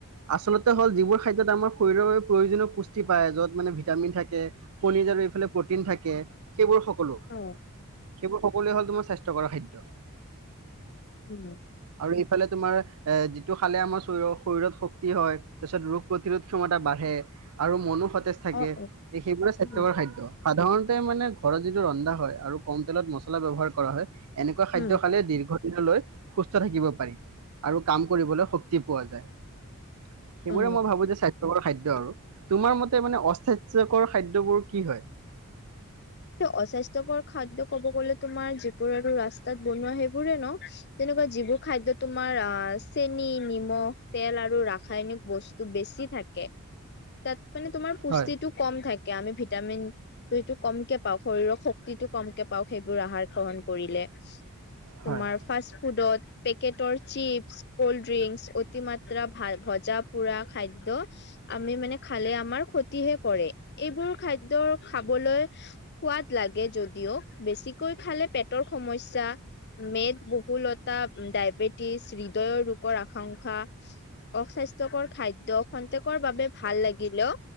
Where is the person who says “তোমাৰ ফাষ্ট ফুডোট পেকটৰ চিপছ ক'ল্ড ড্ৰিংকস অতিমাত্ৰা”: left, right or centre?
Left